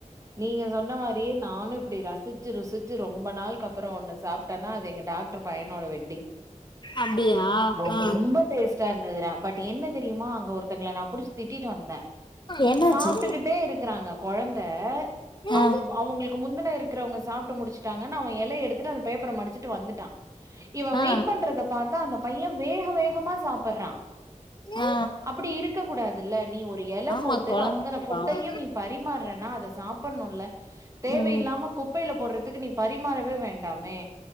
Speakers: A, on the right (about 25°); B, on the left (about 35°).
A: நீங்க சொன்ன மாரியே நானு இப்டி ரசிச்சு ருசிச்சு ரொம்ப நாள்கு அப் புறோ ஒண்ணு சாப்ட்டேனா அது எங்க டாக்டர் பையனோட வெட்டிங்
B: அப்டியா
A: ரொம்ப
B: ஆ
A: டேஸ்ட்டா இருந்ததுரா பட் என்ன தெரியுமா அங்க ஒருத்தங்கள நா புடிச் திட்டிட்டு வந் தே
B: என்னாச்சு
A: சாப்ட்டுக்கிட்டே இருக்கிறாங்க கொழந்த
B: ஆ
A: அவ் அவங்களுக்கு முந்தின இரு க்குறவங்க சாப்ட்டு முடிச்சுட்டாங்கன்னு அவ எல எடுத்துட்டு அந்த பேப்பர மடிச்சிட்டு வந்துட்டா இவ
B: ஆ
A: வெயிட் பண்றத பாத்து அந்த பைய வேக வேகமா சாப்புட்றா
B: ஆ
A: அப்டி இருக்க கூடாதுல்ல நீ ஒரு எல
B: ஆமா
A: போட்டு
B: கொழந்தைங்க
A: அத்தன ஃபுட்டையு
B: பாவோ
A: நீ பரிமாற்றே அத சாப்புட்ணுல்ல தேவயில்லாம
B: ம்
A: குப்பையில போடுறதுக்கு நீ பரிமாறவே வேண்டாமே